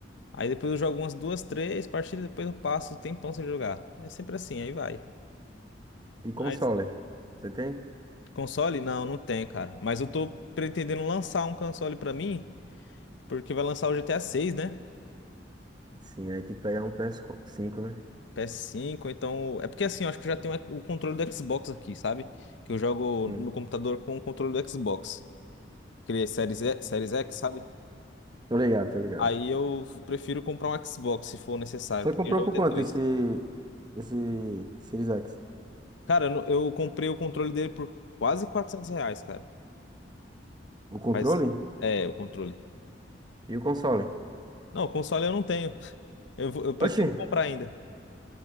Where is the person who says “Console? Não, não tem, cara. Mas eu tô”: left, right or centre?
Left